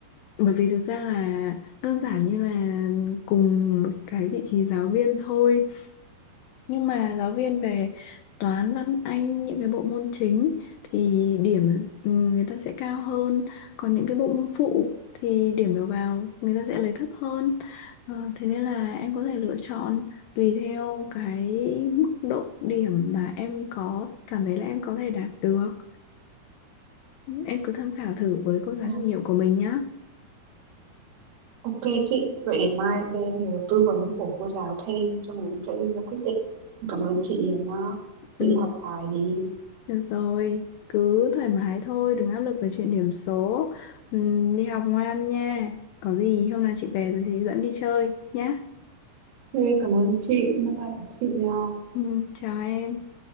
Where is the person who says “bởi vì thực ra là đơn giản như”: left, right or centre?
Left